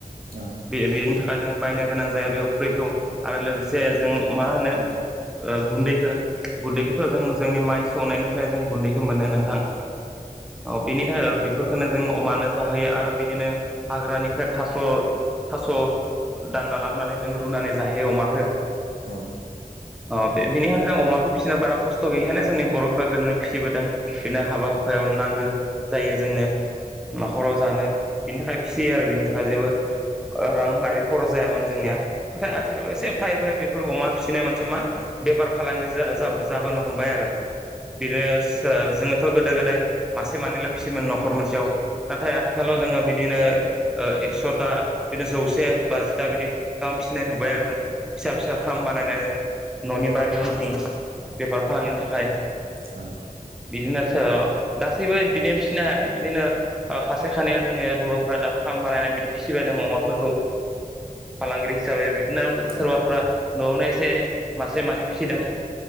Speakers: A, on the right; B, in the centre.
A: औ
B: बे बेनि थाखाय जों बायनो गोनां जाया बे अफ्रिखौ आरो लोगोसे जों मा होनो ओ गुनदैखौ गुनदैखौथ जों माय सौनायनिफ्राय जों गुन्दैखौ मोनो नोंथां ओ बिदिनो थाखाय बेफोर खौ जों अमानो जाहोयो आरो बिदिनो हाग्रानिफ्राय थास' थास' दानना लाबोनानै जों रूनानै जायो अमाखौ
A: औ
B: अ बेनिखायनो जों अमाखौ फिसिनो बारा खस्थ गैयिखायनो जोंनि बर' फोरा गोदोनो फिसिबोदों बिदिनो हाबा हुखायाव नांगौ जायो जोंनो न'खराव जानो बिनि थाखाय फिसियो आरो बिनि थाखाय जेबो रां आरि खरस जायामोन जोंनिया आथिखालाव एसे एफा एफाय बेफोर अमा फिसिनाय मोनसे मा बेफार फालांगि जाबोनो हमबाय आरो बिदिनो जोङोथ' गोदो गोदाय मासे मानैल' फिसियोमोन नखर मोनसेयाव नाथाय आथिखालाव जोङो बिदिनो एक्स'था बिदिनो जौसे बाजिथा बिदि गाहाम फिसिनाय नुबाय आरो जों फिसा फिसा फार्म बानायनानै न'नि बारि उनथिं बेफार फालांगिनि थाखाय
A: औ
B: बिदिनोच गासैबो बिनो फिना बिदिनो खासे खानायया जोंनि बर'फोरा दा फार्म बानायनाय बिदि फिसिबाय दं अमाफोरखौ फालांगिरि हिसाबै बिदिनो
A: औ
B: सोरबाफोरा न'आवनो एसे मासे मानै फिसिदों